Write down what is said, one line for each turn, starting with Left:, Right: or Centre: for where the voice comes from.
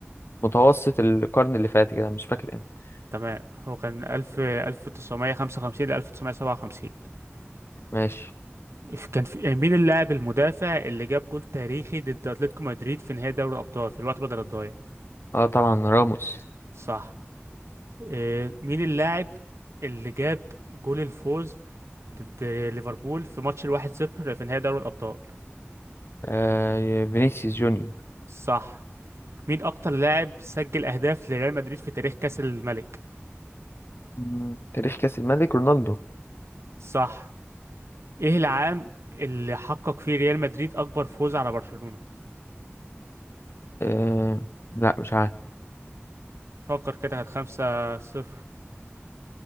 Left: متوسط القرن اللي فات كده مش فاكر امتى
Right: تمام هو كان ألف ألف تسعمية خمسة وخمسين لألف تسعمية سبعة وخمسين
Left: ماشي
Right: إف- كان في آه، مين اللاعب المدافع اللي جاب جول تاريخي ضد أتلتيكو مدريد في نهائي دوري الأبطال في الوقت بدل الضايع
Left: اه طبعا راموس
Right: صح آه، مين اللاعب اللي جاب جول الفوز ضد ليفربول في ماتش الواحد صفر في نهائي دوري الأبطال
Left: آه فينيسيوس جونيور
Right: صح مين أكتر لاعب سجل أهداف لريال مدريد في تاريخ كأس الملك؟
Left: مم، تاريخ كأس الملك رونالدو
Right: صح إيه العام اللي حقق فيه ريال مدريد أكبر فوز على برشلونة؟
Left: آه لا مش عارف
Right: فكر كده كانت خمسة صفر